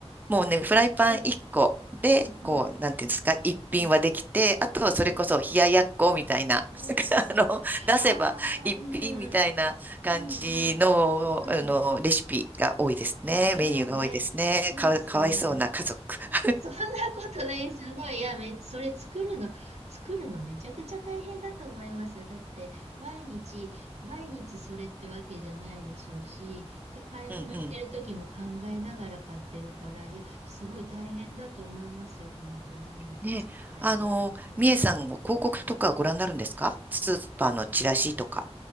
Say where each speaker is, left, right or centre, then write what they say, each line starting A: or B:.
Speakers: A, on the right; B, on the right.
A: もうね、フライパン1個で、
B: うん、うん、うん、
A: こう、なんていうんですか、一品はできて、
B: うん、
A: あとはそれこそ冷ややっこみたいな、
B: うん、
A: <laughs>
B: うん、
A: あの、
B: うん。
A: 出せば一品みたいな感じの、
B: ああ、うん、うん、うん、うん。うん
A: あの、レシピが多いですね。
B: ああね、
A: メニューが多いですね。
B: いいですね。
A: かわ、かわいそうな家族。<laughs>
B: そんなことないですよ。いや、め、それ作るの、作るのめちゃくちゃ大変だと思いますよ。だって、毎日、毎日それってわけじゃないでしょうし、で、買い物行ってる時も考えながら買ってるから、
A: うんうん。
B: いや、すごい大変だと思いますよ。本当、毎日作られて。
A: ね、あの、
B: うん
A: みえさんも広告とかご覧になるんですかスーパーのチラシとか。